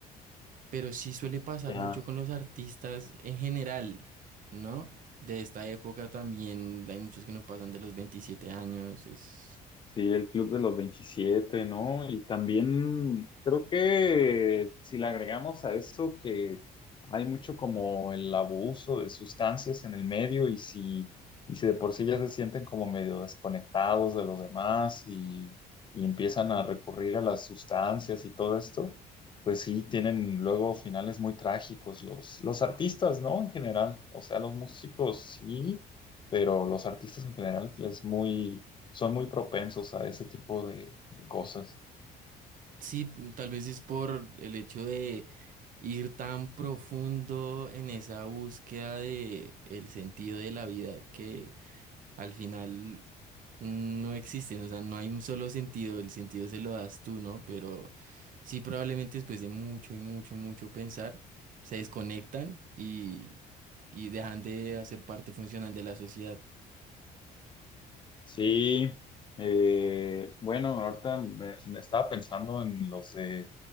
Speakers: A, on the right; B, on the left.
A: pero sí suele pasar
B: ya.
A: mucho con los artistas en general, ¿no? De esta época también hay muchos que no pasan de los 27 años. Es...
B: Sí, el Club de los veintisiete ¿no? Y también creo que si le agregamos a eso que hay mucho como el abuso de sustancias en el medio y si, y si de por sí ya se sienten como medio desconectados de los demás y, y empiezan a recurrir a las sustancias y todo esto, pues sí, tienen luego finales muy trágicos los, los artistas, ¿no? En general, o sea, los músicos sí, pero los artistas en general es muy son muy propensos a ese tipo de cosas.
A: Sí, mm, tal vez es por el hecho de ir tan profundo en esa búsqueda de el sentido de la vida que Al final no existen, o sea, no hay un solo sentido, el sentido se lo das tú, ¿no? Pero sí, probablemente después de mucho y mucho, mucho pensar, se desconectan y, y dejan de hacer parte funcional de la sociedad.
B: Sí, eh, bueno, ahorita me, me estaba pensando en los de